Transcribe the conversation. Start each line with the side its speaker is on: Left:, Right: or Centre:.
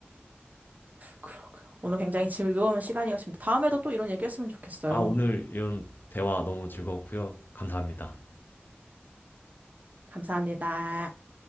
Right: 그러게요. 오늘 굉장히 즐거운 시간이었습니다. 다음에도 또 이런 얘기했으면 좋겠어요.
Left: 아, 오늘 이런 대화 너무 즐거웠고요. 감사합니다.
Right: 감사합니다.